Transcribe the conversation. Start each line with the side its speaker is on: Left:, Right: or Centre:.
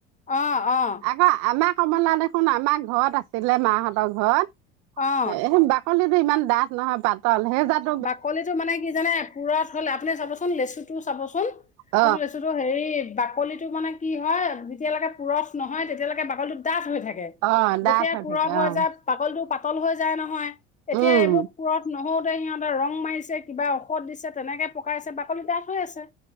Left: অ -অ
Right: আকৌ আমাৰ কমলা দেখোন আমাৰ ঘৰত আছিলে মাহঁতৰ ঘৰত
Left: অ'।
Right: এ বাক <unintelligible> কলিটো ইমান ডাঠ নহয় পাত <unintelligible> তল হে জাত
Left: বাকলিটো মানে কি জানে পুৰত হলে আপুনি চাবচোন লেচু টো চাবচোন
Right: অ',
Left: এটো লেচুটো হেৰি বাকলিটো মানে কি হয় যেতিয়ালৈকে পুৰঠ নহয় তেতিয়ালৈকে বাকলিটো ডাঠ হৈ থাকে
Right: অ',
Left: যেতিয়া
Right: ডাঠ
Left: পুৰত
Right: থাকে
Left: হৈ
Right: অ',
Left: যায় পাগলটো পাতল হৈ যায় নহয়। এতিয়া
Right: উম,
Left: এইবোৰ পুৰঠ নহও তে সিহঁতে ৰং মাৰিছে কিবা ঔষধ দিছে তেনেকে পকাইছে বাকলি ডাঠ হৈ আছে।